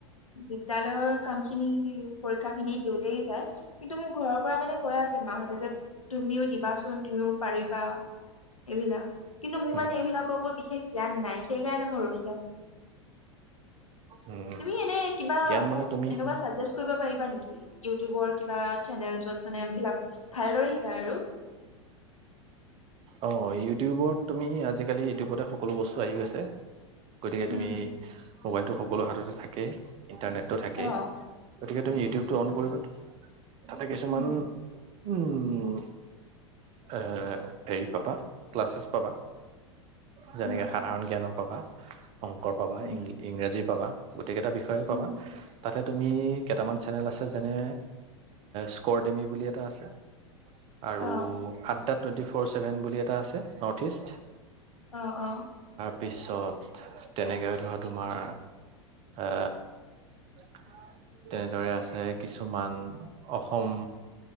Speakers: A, on the left (about 90°); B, on the right (about 35°).
A: বিদ্যালয়ৰ কামখিনি পৰীক্ষা খিনি দিওঁতেই যায়। কিন্তু মোক ঘৰৰ পৰা মানে কৈ আছে মা হত তুমিও দিবাচোন তুমিও পাৰিবা এইবিলাক, কিন্তু মোৰ
B: উম,
A: মানে, এইবিলাকৰ ওৰত বিশেষ জ্ঞান নাই। সেই কাৰণে মই ৰখি
B: উম,
A: তুমি এনে কিবা
B: জ্ঞান
A: মোক
B: মানে তুমি
A: এনেকুৱা চাজেষ্ট কৰিব পাৰিবা নেকি? ইউটিউবৰ কিবা চেনেল্ছত মানে এইবিলাক ভালদৰে শিকায় আৰু।
B: অ ইউটিউবত তুমি আজিকালি ইউটিউবতে সকলো বস্তু আহি গৈছে গতিকে তুমি
A: উম
B: মোবাইলটো সকলোৰ হাততে থাকেই ইণ্টাৰনেটটো থাকেই
A: অ
B: গতিকে তুমি ইউটিউবটো অন কৰি কিছুমান
A: উম
B: উম, এ হেৰি পাবা, ক্লাছেছ পাবা। যেনেকে
A: উম
B: সাধাৰণ জ্ঞানৰ পাবা। অংকৰ পাবা
A: উম
B: ইং ইংৰাজী পাবা। গোটেইকেইটা বিষয়ে পাবা,
A: উম
B: তাতে তুমি কেটামান চেনেল আছে যেনে স্ক কৰ্ডেমি বুলি এটা আছে। আৰু
A: অ
B: আদ দ্যা টুৱেণ্টি ফ'ৰ ছেভেন বুলি এটা আছে নৰ্থ ইষ্ট।
A: অ অ।
B: পিছত তেনেকে ধৰ তোমাৰ এ তেনেদৰে আছে কিছুমান, অস সম